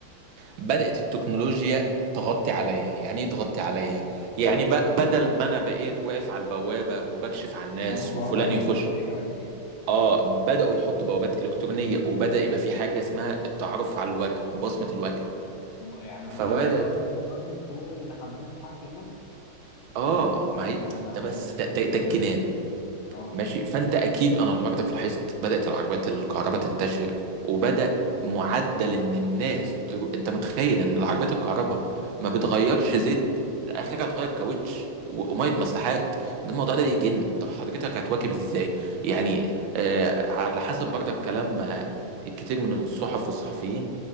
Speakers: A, on the right; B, on the left.
A: بدأت التكنولوجيا تغطي عليا يعني إيه تغطي عليا يعني ب... بدل ما أنا بقيت واقف على البوابة وبكشف على الناس
B: جابوا بوابة
A: وفلان
B: إلكترونية
A: يخش
B: ولا ايه
A: آه بدأوا يحطوا بوابات إلكترونية وبدأ يبقى في حاجة اسمها التعرف على الوجه وبصمة الوجه
B: ب- يعني
A: فبدأت
B: هم عاملين باص متوجه لكل اللي حاضرين الحفلة دول
A: آه ما هي
B: يا نهار
A: ده
B: أبيض
A: بس ده, ده, ده الجنان
B: اه
A: ماشي فانت اكيد انا برضك لاحظت بدات العربيات الكهرباء تنتشر وبدا معدل ان الناس ترو... انت متخيل ان العربيات الكهرباء ما بتغيرش زيت اخرها تغير كاوتش وميه مساحات ده الموضوع ده يجن طب حضرتك هتواكب ازاي يعني آه على حسب برضك كلام آه الكتير من الصحف والصحفيين